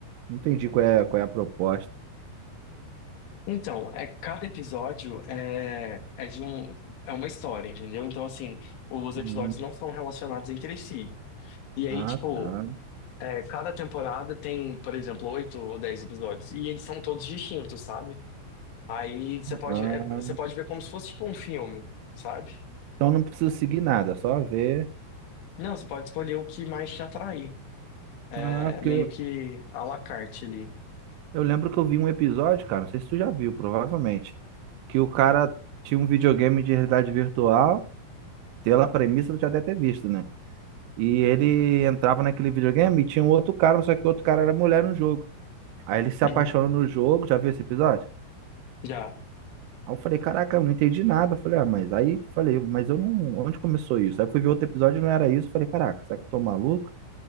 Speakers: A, on the right; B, on the left.
A: Não entendi qual é, qual é a proposta.
B: Então, é, cada episódio é, é de um, é uma história, entendeu? Então, assim, os episódios
A: Hum,
B: não são relacionados entre si. E aí,
A: ah,
B: tipo,
A: tá.
B: é, cada temporada tem, por exemplo, oito ou dez episódios. E eles são todos distintos, sabe? Aí você pode,
A: Ah,
B: é, você pode ver como se fosse, tipo, um filme, sabe?
A: então não preciso seguir nada, só ver.
B: Não, você pode escolher o que mais te atrair. É
A: Ah, porque
B: meio
A: eu,
B: que à la carte ali.
A: eu lembro que eu vi um episódio, cara, não sei se tu já viu, provavelmente, que o cara tinha um videogame de realidade virtual, pela premissa tu já deve ter visto, né? E ele entrava naquele videogame e tinha um outro cara, só que o outro cara era mulher no jogo. Aí ele se
B: Uhum.
A: apaixona no jogo, já viu esse episódio?
B: Já.
A: Aí eu falei, caraca, eu não entendi nada. Eu falei, ah, mas aí falei, mas eu não. Onde começou isso? Aí eu fui ver outro episódio e não era isso. Eu falei, caraca, será que eu tô maluco?